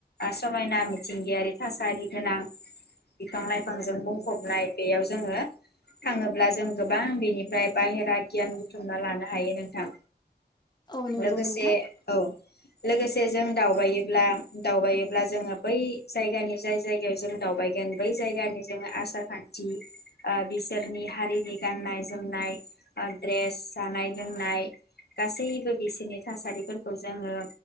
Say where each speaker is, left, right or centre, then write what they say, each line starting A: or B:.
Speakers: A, on the left (about 70°); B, on the left (about 25°).
A: समायना मिथिंगायारि थासारि गोनां बिफां लाइफांजों बुंफबनाय बेयाव जोङो थाङोब्ला जों गोबां बेनिफ्राय बाहेरा गियान बुथुमना लानो हायो नोंथां
B: औ नंगौ
A: लोगोसे
B: नोंथां
A: औ लोगोसे जों दावबायो ब्ला दावबायोब्ला जोङो बै जायगानि जाय जायगायाव जों दावबायगोन बै जायगानि जोङो आसार खान्थि बिसोरनि हारिनि गाननाय जोमनाय दड्रेस जानाय लोंनाय गासैबो बिसोरनि थासारिफोरखौ जोङो